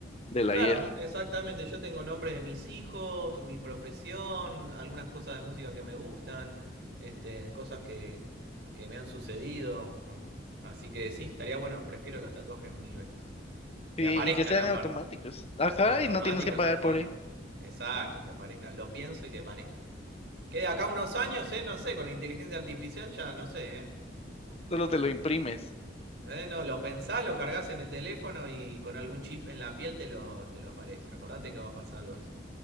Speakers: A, on the left (about 35°); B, on the right (about 60°).
A: del
B: Claro,
A: ayer.
B: exactamente. Yo tengo nombres de mis hijos, mi profesión, algunas cosas de música que me gustan, este, cosas que, que me han sucedido. Así que sí, estaría bueno. Prefiero los tatuajes mil veces.
A: y
B: Que aparezcan
A: y que sean
B: aparte.
A: automáticos. Ajá,
B: Automático
A: y no tienes que
B: es
A: pagar
B: un
A: por
B: gol.
A: él.
B: Exacto, que aparezca. Lo pienso y que aparezca. Que de acá a unos años, eh, no sé, con la inteligencia artificial ya no sé, eh.
A: Solo te lo imprimes.
B: Eh, no, lo pensás, lo cargas en el teléfono y con algún chip en la piel te lo, te lo aparece. Acordate que va a pasar algo así.